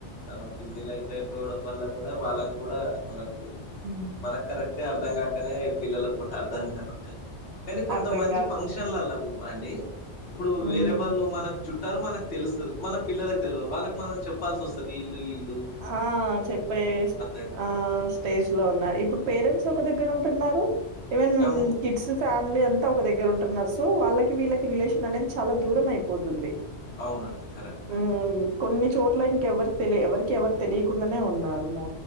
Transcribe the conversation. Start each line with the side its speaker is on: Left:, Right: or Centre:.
Left: చానా బిజీ లైఫ్ అయిపోవడం వల్ల కూడా వాళ్ళకు కూడా మనకు
Right: హ్మ్.
Left: మనకు కరెక్టే అర్థం
Right: హ్మ్.
Left: కాకనే పిల్లలకు కూడా అర్ధం కాకుడాయి కానీ కొంతమంది
Right: అర్థం కాకుండా.
Left: ఫంక్షన్లల అండి ఇప్పుడు
Right: హ్మ్.
Left: వేరే వాళ్ళు మనకు చు మనకు తెలుస్తుంది మన పిల్లలకు తెలువదు వాళ్ళకి మనం చెప్పాల్సి వస్తది ఇల్లు ఇల్లు
Right: ఆ చెప్పే
Left: అయితది
Right: ఆ స్టేజ్ లో ఉన్నారు ఇప్పుడు పేరెంట్స్ ఒక దగ్గర ఉంటున్నారు ఈవెన్
Left: అవును
Right: కిడ్స్ ఫ ఫ్యామిలీ అంతా ఒక దగ్గర ఉంటున్నారు సో వాళ్ళకి వీళ్ళకి రిలేషన్ అనేది చాలా దూరం అయిపోతుంది
Left: అవునండి కరెక్ట్
Right: హ్మ్. కొన్ని చోట్ల ఇంకెవరి తెలి ఎవరికి ఎవరు తెలియకుండానే ఉన్నారు మో